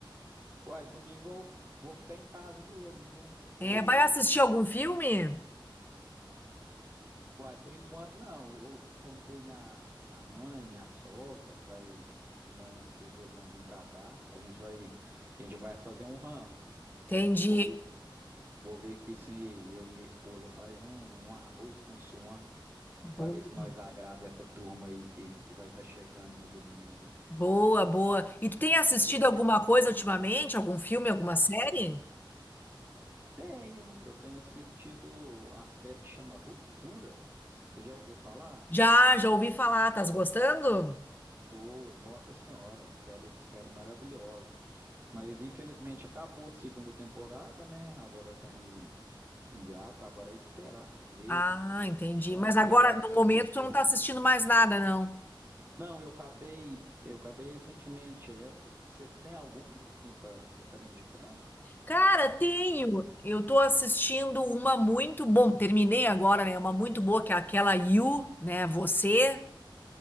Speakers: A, on the right; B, on the left.
A: Uai, domingo eu vou ficar em casa mesmo, viu? Vou.
B: É, vai assistir algum filme?
A: Uai, por enquanto não. Eu convidei minha, minha mãe, minha sogra, vai de manhã cedo, eles vão vir pra cá. A gente vai, a gente vai fazer um rango.
B: Entendi.
A: Vou ver Vou ver aqui se eu e minha esposa faz um, um arroz com suã
B: Boa,
A: para ver se nós agrada essa turma aí que, que vai estar chegando no domingo.
B: boa, boa. E tu tem assistido
A: Por quê? Você-
B: alguma coisa ultimamente? Algum filme, alguma série?
A: Tenho, eu tenho assistido a série que chama Ruptura. Você já ouviu falar?
B: Já, já ouvi falar. Tás gostando?
A: Oi, nossa senhora, série, série maravilhosa. Mas infelizmente acabou a segunda temporada, né? Agora tá em hiato, agora é esperar ver
B: Ah, entendi.
A: quando
B: Mas
A: que
B: agora,
A: vai lançar.
B: no momento,
A: a terceira.
B: tu não tá assistindo mais nada, não.
A: Não, eu acabei, eu acabei recentemente essa. Você tem alguma assim para estar me indicando?
B: Cara, tenho. Eu tô assistindo uma muito bom, terminei agora, né? Uma muito boa que é aquela You, né? Você